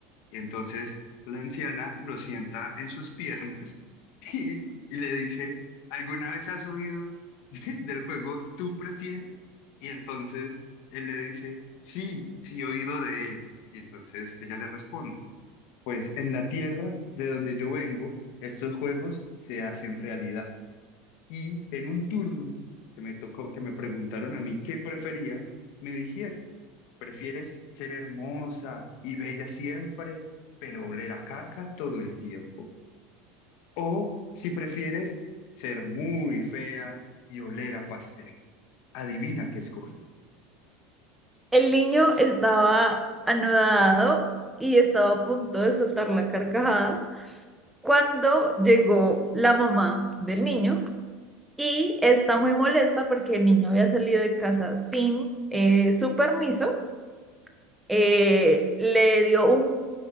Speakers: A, on the left; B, in the centre.
A: Y entonces la anciana lo sienta en sus piernas <laughs> y, y le dice, ¿alguna vez has oído <laughs> de- del juego Tú prefieres? Y entonces él le dice, sí, sí he oído de él. Y entonces ella le responde, pues en la tierra de donde yo vengo, estos juegos se hacen realidad. Y en un turno que me tocó, que me preguntaron a mí qué prefería, me dijeron. Prefieres ser hermosa y bella siempre, pero oler a caca todo el tiempo. O si prefieres ser muy fea y oler a pastel. Adivina qué escogí.
B: El niño estaba anodado y estaba a punto de soltar la carcajada cuando llegó la mamá del niño y está muy molesta porque el niño había salido de casa sin eh, su permiso. Eh, le dio un,